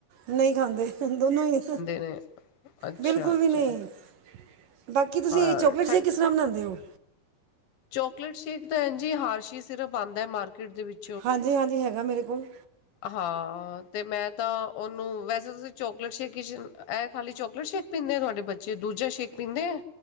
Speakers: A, on the right; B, on the left.
A: ਨਹੀਂ ਖਾਂਦੇ ਦੋਨੋ ਹੀ,
B: ਨੇ ਅੱਛਾ
A: ਬਿਲਕੁਲ
B: ਅੱਛਾ
A: ਵੀ ਨਹੀਂ ਬਾਕੀ ਤੁਸੀਂ
B: ਹਾਂ
A: ਚੋਕਲੇਟ
B: ਠੰਡ
A: ਸ਼ੇਕ ਕਿਸ ਤਰ੍ਹਾਂ ਬਣਾਉਂਦੇ ਹੋ?
B: ਚੋਕਲੇਟ ਸ਼ੇਕ ਤਾਂ ਐਂ ਜੀ ਹਾਰਸ਼ੀ ਸਿਰਪ ਆਉਂਦਾ ਹੈ ਮਾਰਕੀਟ ਦੇ ਵਿੱਚ
A: ਹਾਂਜੀ ਹਾਂਜੀ ਹੈਗਾ ਮੇਰੇ ਕੋਲ
B: ਹਾਂ ਤੇ ਮੈਂ ਤਾਂ ਉਹਨੂੰ, ਵੈਸੇ ਤੁਸੀਂ ਚੋਕਲੇਟ ਸ਼ੇਕ ਇਹ ਖਾਲੀ ਚੋਕਲੇਟ ਸ਼ੇਕ ਪੀਂਦੇਾਂ ਤੁਹਾਡੇ ਬੱਚੇ, ਦੂਜਾ ਸ਼ੇਕ ਪੀਂਦੇ ਆ